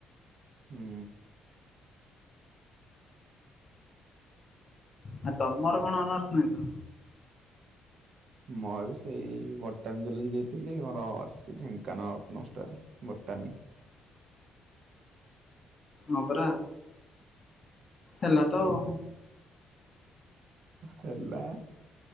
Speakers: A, on the right; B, on the left.
A: ହୁଁ।
B: ଆଉ ତମର କଣ ଅନର୍ଷ ନେଇଛ?
A: ମୋର ବି ସେଇ ବଟାନୀ ଜଲଦି ଦେଇଥିଲି ମୋର ଆସିଛି ଢେଙ୍କାନାଳ ଅନର୍ସଟା ବଟାନୀ।
B: ହଁ ପରା ହେଲା ତ ଆଉ
A: ହେଲା।